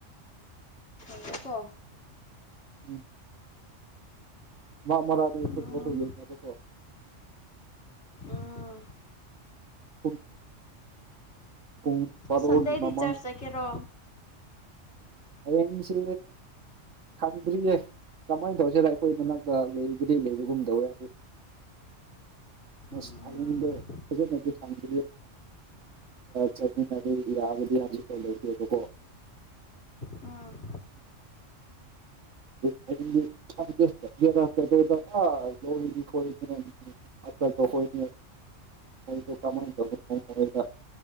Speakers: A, on the left; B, on the right.
A: ꯉꯥꯏꯌꯣꯀꯣ
B: ꯎꯝ ꯃꯥ ꯃꯔꯥꯗꯤ ꯑꯈꯣꯏ
A: ꯎꯝ
B: ꯄꯣꯠ ꯇꯣ ꯌꯦꯡꯉꯤꯉꯩꯗꯀꯣ
A: ꯎꯝ
B: <unintelligible> ꯄꯨꯡ ꯕꯥꯔꯣꯒꯤ
A: ꯁꯟꯗꯦꯗꯤ
B: ꯃꯃꯥꯡ
A: ꯆꯔ꯭ꯁ ꯆꯠꯀꯦꯔꯣ
B: ꯍꯌꯦꯡꯁꯤ ꯈꯪꯗ꯭ꯔꯤꯌꯦ ꯀꯃꯥꯏꯅ ꯇꯧꯁꯤꯔ ꯑꯩꯈꯣꯏ ꯃꯅꯥꯛꯇ ꯂꯩꯕꯨꯗꯤ ꯂꯩꯕꯒꯨꯝ ꯗꯧꯋꯦ ꯑꯗꯨ
A: ꯎꯝ
B: ꯑꯁ ꯐꯖꯅꯗꯤ ꯆꯠꯃꯤꯟꯕ ꯌꯥꯕꯗꯤ ꯍꯧꯖꯤꯀꯥꯟ ꯂꯩꯇꯦꯕꯥꯀꯣ
A: ꯎꯝ
B: <unintelligible> ꯃꯣꯏꯗꯣ ꯀꯃꯥꯏꯟ ꯇꯧꯕꯥ